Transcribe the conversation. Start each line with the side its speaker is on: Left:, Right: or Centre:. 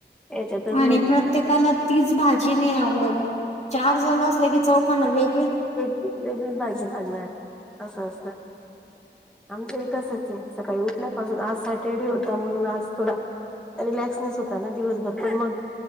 Centre: याच्यातच मग
Left: आणि प्रत्येकाला तीच भाजी नाही आवडत चार जण असले की चव पण वे
Centre: वेगळी वेगळीच भाजी लागणार असं असतं. आमचंही तसंच आहे सकाळी उठल्यापासून आज सॅटरडे होता म्हणून आज थोडा रिलॅक्सनेस होता ना दिवसभर पण मग